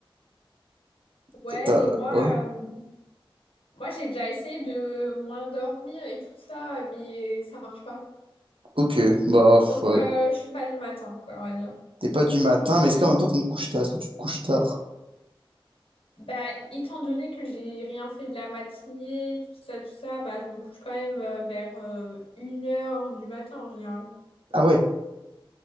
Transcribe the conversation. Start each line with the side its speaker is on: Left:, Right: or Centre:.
Left: Ouais,
Right: T'as- t'as-
Left: mais moi,
Right: Ouais,
Left: euh, moi j'ai déjà essayé de moins dormir et tout ça, mais ça marche pas.
Right: ok, bah pff,
Left: Donc,
Right: ouais.
Left: euh, je suis pas du matin, quoi, on va dire.
Right: T'es pas du matin, mais est-ce qu'en même temps tu me couches tard? Est-ce que tu te couches tard?
Left: Bah, étant donné que j'ai rien fait de la matinée, tout ça, tout ça, bah, je me couche quand même euh, vers euh, une heure du matin en général.
Right: Ah ouais,